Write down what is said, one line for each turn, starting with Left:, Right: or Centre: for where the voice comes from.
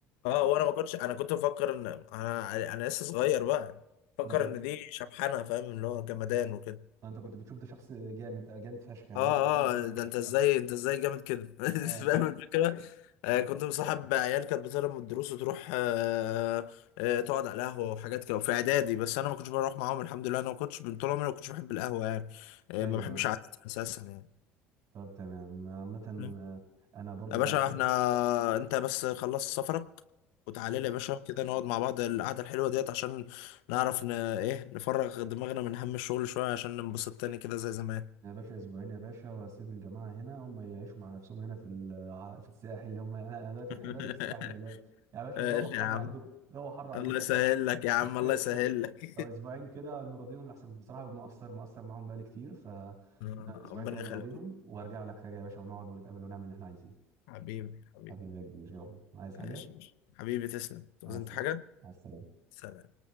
Left: اه وانا ما كنتش انا كنت بفكر ان انا انا لسه صغير بقى فكر
Right: <laughs> ده بلط
Left: ان دي شبحانة فاهم اللي هو جمدان وكده
Right: انت كنت بتشوف ده شخص جامد جامد فشخ يعني
Left: اه
Right: لازم اكون مصاحب
Left: اه ده
Right: الشخص
Left: انت ازاي
Right: ده
Left: انت ازاي جامد كده <laughs> أنت
Right: اه
Left: فاهم الفكره آه
Right: <laughs>
Left: كنت مصاحب عيال كانت بتهرب من الدروس وتروح آه آه تقعد على القهوه وحاجات كده وفي اعدادي بس انا ما كنتش بروح معاهم الحمد لله انا ما كنتش من طول عمري ما كنتش بحب القهوه يعني آه
Right: ايوه
Left: ما بحبش قعدتها اساسا يعني
Right: طب تمام عامة
Left: مم.
Right: آه، أنا برضو
Left: يا
Right: زي
Left: باشا
Right: ما قلت لك
Left: احنا انت بس خلص سفرك وتعالى
Right: آه،
Left: لي يا باشا كده نقعد مع بعض القعده الحلوه ديت عشان نعرف ن... ايه نفرغ دماغنا من هم الشغل شويه عشان ننبسط تاني كده زي زمان
Right: يا باشا أسبوعين يا باشا وأسيب الجماعة هنا هم يعيشوا مع نفسهم هنا في ال- في الساحل هم أنا أنا دلوقتي
Left: <laughs>
Right: إحنا دلوقتي في الساحل دلوقتي يا باشا
Left: آه،
Right: الجو
Left: يا
Right: حر
Left: عم
Right: عندكم الجو حر عندكم
Left: الله يسهل
Right: فشخ
Left: لك يا عم
Right: <laughs>
Left: الله يسهل لك
Right: فأسبوعين كده نراضيهم لأحسن بصراحة مقصر مقصر معاهم بقالي كتير فأسبوعين
Left: <laughs> آه، ربنا
Right: كده نراضيهم
Left: يخليك
Right: وأرجع لك تاني يا باشا ونقعد ونتقابل ونعمل اللي إحنا عايزينه
Left: حبيبي حبيبي
Right: حبيبي يا كبير يلا عايز حاجة؟
Left: ماشي ماشي. حبيبي تسلم تعوز
Right: مع السلامة
Left: انت حاجة
Right: مع السلامة
Left: سلام